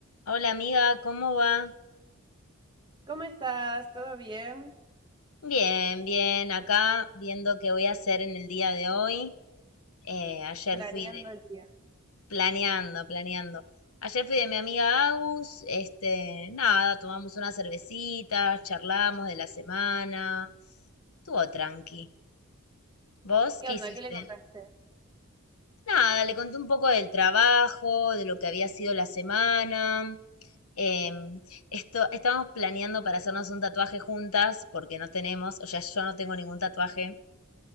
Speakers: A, on the left; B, on the right.
A: Hola amiga, ¿cómo va?
B: ¿Cómo estás? ¿Todo bien?
A: Bien, bien, acá viendo qué voy a hacer en el día de hoy. Eh, ayer
B: Planeando
A: fui de,
B: el día.
A: planeando, planeando. Ayer fui de mi amiga Agus, este, nada, tomamos unas cervecitas, charlamos de la semana. Estuvo tranqui. ¿Vos
B: ¿Qué
A: qué
B: onda?
A: hiciste?
B: ¿Qué le contaste?
A: Nada, le conté un poco del trabajo, de lo que había sido la semana. Em, esto, estamos planeando para hacernos un tatuaje juntas, porque no tenemos, o sea, yo no tengo ningún tatuaje.